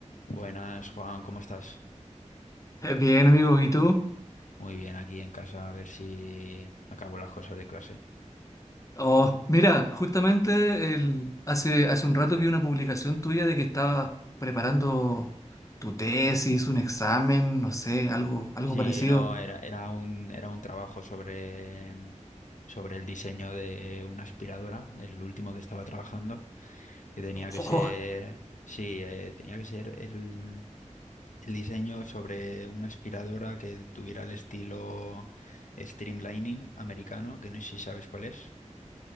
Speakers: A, on the left; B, on the left.
A: Buenas, Juan, ¿cómo estás?
B: Eh, Bien, amigo, ¿y tú?
A: Muy bien, aquí en casa a ver si acabo las cosas de clase.
B: Oh, mira, justamente el- hace, hace un rato vi una publicación tuya de que estabas preparando tu tesis, un examen, no sé, algo, algo
A: Sí,
B: parecido.
A: no, era, era un, era un trabajo sobre, sobre el diseño de una aspiradora, el último que estaba trabajando, que tenía que
B: Oh,
A: ser, sí, eh, tenía que ser el, el diseño sobre una aspiradora que tuviera el estilo streamlining americano, que no sé si sabes cuál es.